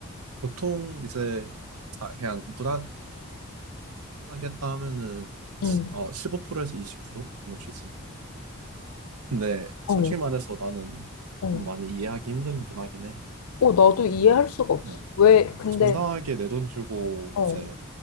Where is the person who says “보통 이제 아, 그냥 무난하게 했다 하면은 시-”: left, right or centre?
Right